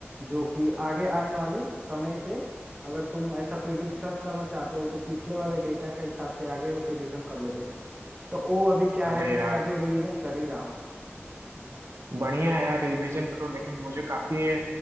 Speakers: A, on the right; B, on the right.
A: जो कि आगे आने वाले समय पे अगर तुम ऐसा प्रिडिक्शन करना चाहते हो तो पिछले वाले डेटा के हिसाब से आगे का प्रिडिक्शन कर लोगे तो वो अभी क्या
B: अरे
A: है कि मैं
B: यार,
A: अभी रिवीजन कर ही रहा हूँ
B: बढ़िया है यार रिवीजन करो लेकिन मुझे काफी ये